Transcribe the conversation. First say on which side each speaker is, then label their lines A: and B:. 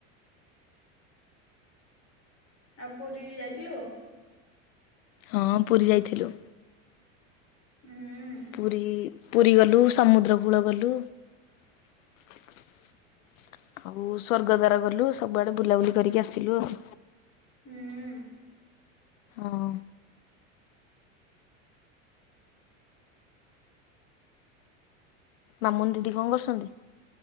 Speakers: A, on the left (about 40°); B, on the left (about 85°).
A: ଆ ପୁରୀ ଯାଇଥିଲୁ?
B: ହଁ ପୁରୀ ଯାଇଥିଲୁ।
A: ହୁଁ
B: ପୁରୀ ପୁରୀ ଗଲୁ ସମୁଦ୍ରକୂଳ ଗଲୁ ଆଉ ସ୍ଵର୍ଗଦ୍ୱାର ଗଲୁ । ସବୁଆଡେ ବୁଲାବୁଲି କରିକି ଆସିଲୁ ଆଉ ।
A: ହୁଁ ।
B: ଅମ ମାମୁନି ଦିଦି କଣ କରୁଛନ୍ତି?